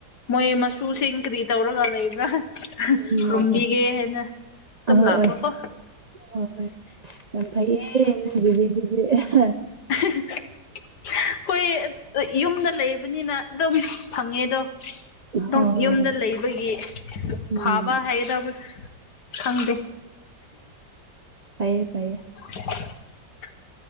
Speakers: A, on the left; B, on the right.
A: ꯃꯣꯏ ꯃꯆꯨꯁꯤꯡ ꯀꯔꯤ ꯇꯧꯔꯒ ꯂꯩꯕ꯭ꯔꯥ
B: ꯎꯝ ꯑꯣ
A: ꯔꯨꯝꯕꯤꯒꯦ
B: ꯑꯣ
A: ꯍꯥꯏꯦꯅ ꯇꯝ
B: ꯑꯍꯣꯏ
A: ꯂꯅꯥꯀꯣ ꯀꯣ
B: ꯍꯣꯏ ꯍꯣꯏ ꯌꯥꯝ ꯐꯩꯌꯦ
A: <unintelligible> ꯍꯣꯏ ꯌꯨꯝꯗ ꯂꯩꯕꯅꯤꯅ ꯑꯗꯨꯝ ꯐꯪꯉꯦꯗꯣ ꯑꯗꯨꯝ
B: ꯍꯣꯏ ꯍꯣꯏ
A: ꯌꯨꯝꯗ ꯂꯩꯕꯒꯤ
B: ꯎꯝ
A: ꯐꯥꯕ ꯍꯥꯏꯒꯗꯕ ꯈꯪꯗꯦ
B: ꯐꯌꯦ ꯐꯌꯦ
A: <inaudible>